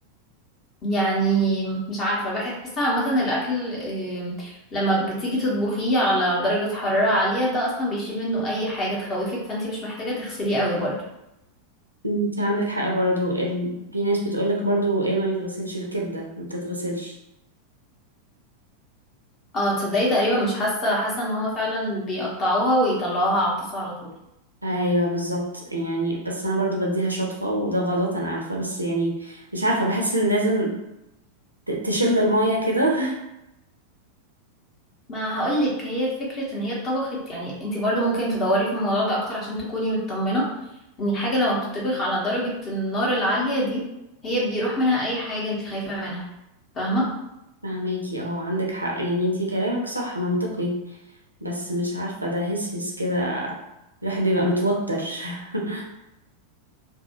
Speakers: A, on the left; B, on the right.
A: يعني مش عارفة بحس عامة الأكل آم، لما بتيجي تطبخيه على درجة حرارة عالية ده أصلا بيشيل منه أي حاجة تخوفك فانتي مش محتاجة تغسليه قوي برضه
B: انت عندك حق برضو ال... في ناس بتقولك برضو ايه ما بيتغسلش الكبدة ما بتتغسلش
A: اه تصدقي تقريبا مش حاسة حاسة ان هما فعلا بيقطعوها ويطلعوها على الطاسة على طول
B: ايوه بالظبط يعني بس انا برضو بديها شطفة وده غلط انا عارفة بس يعني مش عارفة بحس ان لازم ت- تشم المية كده
A: ما هقولك هي فكرة ان هي اتطبخت يعني انتي برضه ممكن تدوري في الموضوع ده أكتر عشان تكوني مطمنة ان الحاجة لما بتطبخ على درجة النار العالية دي هي بيروح منها أي حاجة انتي خايفة منها فاهمة
B: <laughs> فهماكي اهو عندك حق يعني انتي كلامك صح منطقي بس مش عارفة ده هس هس كده الواحد بيبقى متوتر <laughs>